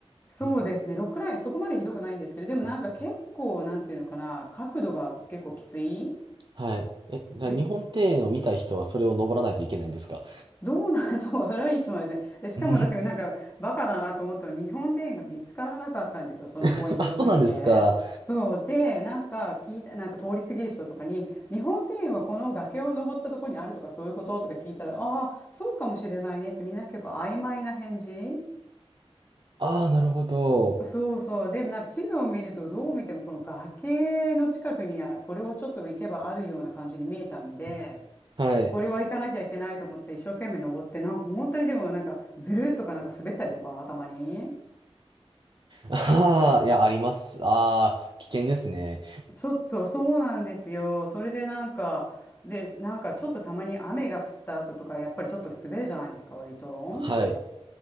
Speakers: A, on the left (about 20°); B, on the right (about 45°).
A: そうですね。
B: うん
A: ロックライン、そこまでひどくないんですけど、でもなんか結構、
B: うん
A: なんていうのかな、角度が結構きつい。
B: はい。え、じゃあ、
A: で、
B: 日本庭園を見たい人はそれを登らないといけないんですか
A: どうなん、<laughs> そう、<laughs> それはいい質問ですね。で、しかも私がなんかバカだなと思ったのは日本庭園が見つからなかったんですよ。
B: うん
A: その公園広すぎて。
B: <laughs> あ、そうなんですか。
A: そう。で、なんか聞いた、なんか通り過ぎる人とかに、日本庭園はこの崖を登ったところにあるとかそういうこととか聞いたら、ああ、そうかもしれないねってみんな結構曖昧な返事。
B: ああ、なるほど。
A: そうそう。でもなんか地図を見るとどう見てもこの崖の近くにあこれをちょっと行けばあるような感じに見えたんで、
B: うんはい。
A: これは行かなきゃいけないと思って一生懸命登って、なんか本当にでもなんかずるっとかなんか滑ったりとか、たまに。
B: ああ、いや、あります。ああ、危険ですね。
A: ちょっとそうなんですよ。それでなんか、で、なんかちょっとたまに雨が降った後とか、やっぱりちょっと滑るじゃないですか、割と。
B: はい。